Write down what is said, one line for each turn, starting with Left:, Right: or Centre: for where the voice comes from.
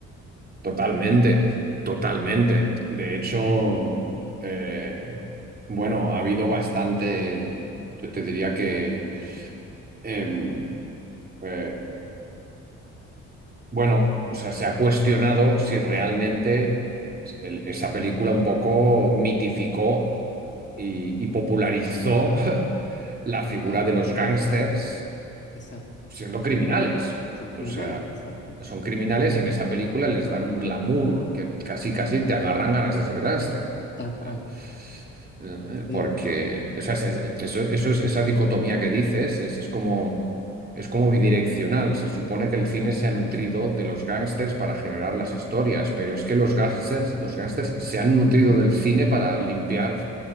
Right: Totalmente, totalmente. De hecho, eh, bueno, ha habido bastante, yo te diría que, em, eh, bueno, o sea, se ha cuestionado si realmente eh, el- esa película un poco mitificó. y, y popularizó <laughs> la figura
Left: Claro,
Right: de los gángsters
Left: exacto.
Right: siendo criminales.
Left: Son criminales,
Right: O sea,
Left: exacto.
Right: son criminales y en esa película les dan un glamour que casi casi te agarran ganas de ser gángster.
Left: Tal cual.
Right: Eh, eh,
Left: sí,
Right: Porque o sea, es- es- eso, eso es esa dicotomía que dices, es, es como, es como bidireccional. Se supone que el cine se ha nutrido de los gángsters para generar las historias, pero es que los gángsters, los gángsters se han nutrido del cine para limpiar